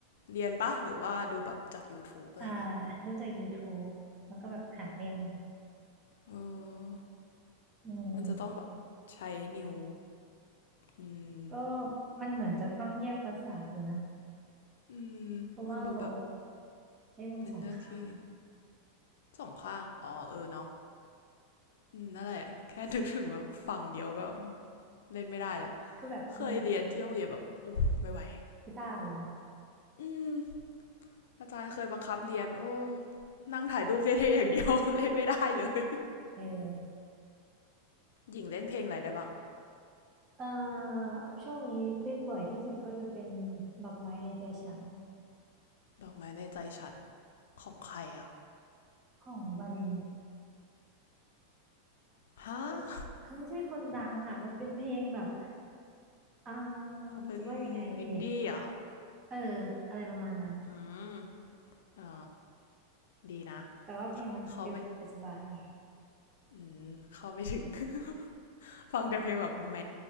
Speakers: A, on the left; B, on the right.
A: เรียนปะ หรือว่าดูแบบจาก YouTube อะไรอย่างงี้
B: อ่าดูจาก YouTube มันก็แบบหัดเล่นเอา
A: เออ
B: อืม
A: มันจะต้องแบบใช้นิ้วอืม
B: ก็มันเหมือนจะต้องแยกประสาทอยู่นะ
A: อืม
B: เพราะว่าเรา
A: มันดูแบบ
B: ใช้มือสองข้าง
A: เป็นเรื่องที่สองข้าง อ๋อเออเนาะอืมนั่นแหละแค่นึกถึงแบบฝั่งเดียวก็เล่นไม่ได้เลย
B: คือแบบมือ
A: เคยเรียนที่โรงเรียนแบบโอ้ไม่ไหว
B: กีตาร์เหรอ
A: อืมอาจารย์เคยบังคับเรียนโอ้ นั่งถ่ายรูปเท่ๆอย่างเดียว <laughs> เล่นไม่ได้เลย
B: เออ
A: หญิงเล่นเพลงอะไรได้บ้าง
B: เอ่อช่วงนี้เล่นบ่อยที่สุดก็จะเป็นดอกไม้ในใจฉัน
A: ดอกไม้ในใจฉันของใครอ่ะ
B: ของวาริน
A: ฮะ
B: มันเขาไม่ใช่คนดังอ่ะมันเป็นเพลงแบบอ่า
A: อ๋อเป็น
B: จะว่ายังไงดี
A: อินดี้เหรอ
B: เอออะไรประมาณนั้น
A: อืม อ๋อ ดีนะ
B: แต่ว่าเพลงมันฟีลสบายๆไง
A: เขาไม่อืมเขาไม่ถึง <laughs> ฟังแต่เพลงแบบแม